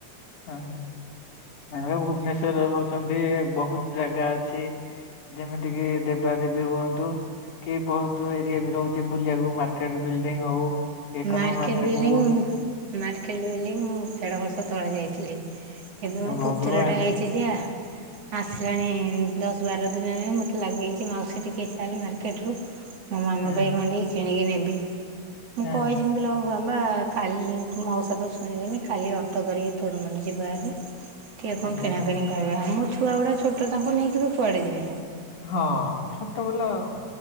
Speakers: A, on the left; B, on the right.
A: ହଁ। ଭୁବନେଶ୍ଵର ରହୁଛନ୍ତି। ବହୁତ ଜାଗା ଅଛି ଯେମିତି କିି ଦେବା ଦେବୀ ହୁଅନ୍ତୁ। କି ବହୁତ ଏରିଆ ବି ରହୁଛି ବୁଲିବାକୁ ମାର୍କେଟ ବିଲ୍ଡିଙ୍ଗ ହଉ। ଏକନ
B: ମାର୍କେଟ ବିଲ୍ଡିଙ୍ଗ
A: ହଉ
B: ମାର୍କେଟ ବିଲ୍ଡିଙ୍ଗ ମୁଁ ଦେଢ ବର୍ଷ ତଳେ ଯାଇଥିଲି। ଏବେ ମୋ
A: ହେ ଭଗବାନ
B: ପୁତୁରା ଟା ହେଇଛି ଯେ ଆସ ଆସିଲାଣି ଦଶ ବାର ଦିନ ହେଲାଣି ମୋତେ ଲାଗି ହୋଇଛି ମାଉସୀ ଟିକଏ ଚାଲେ ମାର୍କେଟରୁ ମୋ ମାମା
A: ହଁ
B: ପାଇଁ କଣ ଟିକେ କିଣିକି ନେବି। ମୁଁ
A: ହଁ
B: କହିଛିି ମୁଁ କହିଲି ହଉ। ବା କାଲି ତୋ ମଉସା ତ ଶୁଣିବେନି। କାଲି ଅଟ କରିକି ତୋର ମୋର ଯିବା ହାରି। ଟିକେ କଣ
A: ଆଚ୍ଛା
B: କିଣାକିଣି
A: ଆଚ୍ଛା
B: କରିବା। ଆଉ ମୋ ଛୁଆ ଗୁଡ଼ା ଛୋଟ ତାଙ୍କୁ ନେଇକି କୁଆଡ଼େ ଯିବେ।
A: ହଁ। ଛୋଟ ପିଲା ଆଉ।